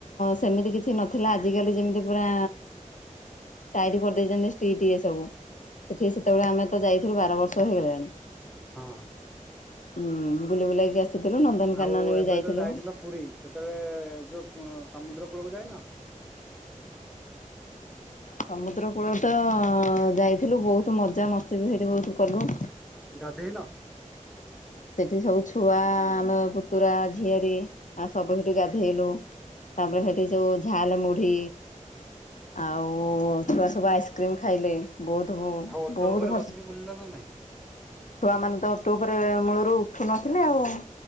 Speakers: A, on the left; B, in the centre.
A: ସେମିତି କିଛି ନଥିଲା, ଆଜିିକାଲି ଯେମିତି ପୁରା ଟାଇଟ୍ କରିଦେଇଛନ୍ତି ଷ୍ଟ୍ରିଟ ଏ ସବୁ, ସେଠି ସେତେବେଳେ ଆମେ ତ ଯାଇଥିଲୁ ବାର ବର୍ଷ ହେଇଗଲାଣି।
B: ହଁ।
A: ଉୁଁ ବୁଲି ବୁଲାକି ଆସିଥିଲୁ ନନ୍ଦନକାନନ
B: ଆଉ
A: ବି
B: ଏବେ
A: ଯାଇଥିଲୁ।
B: ଯୋଉ ଯାଇଥିଲ ପୁରୀ ସେତେବେଳେ ଯୋଉ ସମୁଦ୍ର କୂଳକୁ ଯାଇନ?
A: ସମୁଦ୍ର କୂଳରେ ତ ଯାଇଥିଲୁ ବହୁତ ମଜା ମସ୍ତି ବି ହେଠି ବହୁତ କଲୁ।
B: ଗାଧେଇନ?
A: ସେଠି ସବୁ ଛୁଆ ଆମେ ପୁତୁରା ଝିଆରୀ ଆ ସବୁ ସେଠି ଗାଧେଇଲୁ। ତାପରେ
B: ହୁଁ
A: ହେଠି ଯୋଉ ଝାଲ ମୁଢ଼ି ଆଉ ଛୁଆ ସବୁ ଆଇସ୍କ୍ରିମ୍ ଖାଇଲେ। ବହୁତ
B: ଆଉ ଓଟୋ
A: ବହୁତ
B: ଉପରେ
A: ଭଲ
B: ବସିକି ବୁଲିଲନା ନାଇଁ?
A: ଛୁଆମାନେ ତ ଓଟୋ ଉପରେ ମୂଳରୁ ଉଠୁ ନଥିଲେ ଆଉ।